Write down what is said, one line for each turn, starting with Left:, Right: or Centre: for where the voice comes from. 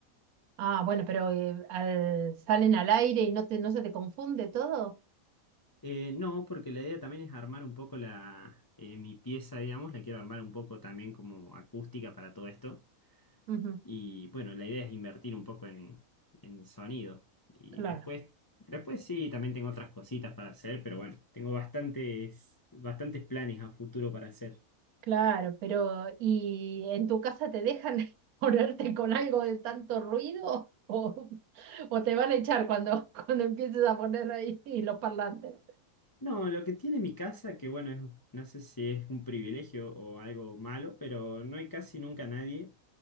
Right: Ah, bueno, pero eh, al- salen al aire y no te, no se te confunde todo.
Left: Eh, no, porque la idea también es armar un poco la, eh, mi pieza, digamos, la quiero armar un poco también como acústica para todo esto.
Right: Ujú,
Left: Y bueno, la idea es invertir un poco en, en sonido. Y
Right: Claro.
Left: después, después sí, también tengo otras cositas para hacer, pero bueno, tengo bastantes, bastantes planes a futuro para hacer.
Right: Claro, pero ¿y en tu casa te dejan <laughs> ponerte con algo de tanto ruido o, o te van a echar cuando, <laughs> cuando empieces a poner ahí <laughs> los parlantes?
Left: No, lo que tiene mi casa, que bueno, es- no sé si es un privilegio o algo malo, pero no hay casi nunca nadie